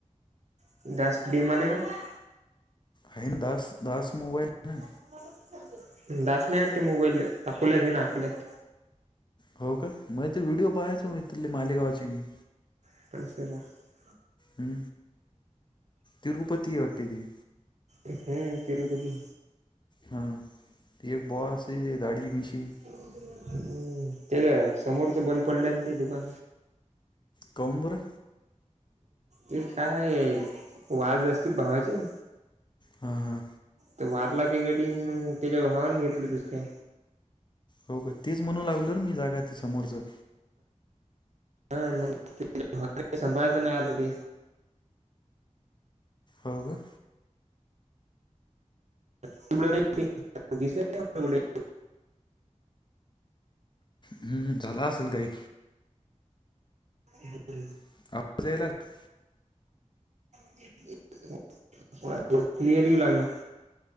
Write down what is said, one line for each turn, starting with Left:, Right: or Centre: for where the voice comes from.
Right: <unintelligible>
Left: ह ना दास दास मोबाईल ना.
Right: <unintelligible> दास नाही वाटते मोबाईल अकोल्यात हे ना अकोल्यात.
Left: हो का, मला त व्हिडिओ पाहायचो म इथुले मालेगावाची मी.
Right: <unintelligible>
Left: हम. तिरूपती वाटते ते.
Right: हम. तिरुपती.
Left: हा त एक बॉस आहे, दाढी, मिशी.
Right: हम्म, त्याच्या समोरच बंद पडले न ते दुकान.
Left: का हून बर.
Right: ते काय, वाद असतील भावाचे.
Left: हा हा.
Right: ते वारला ते गडीन मग त्याच्या भावाने घेतलं दुसर.
Left: हो का तेच म्हणू लागलो र मी जागा ती समोरचं.
Right: <unintelligible> सांभाळता नई आलं ते.
Left: हो का.
Right: <unintelligible>
Left: हम्म, झाला असेल काही.
Right: <inaudible>
Left: <unintelligible>
Right: <unintelligible> क्लिअर येऊ लागला.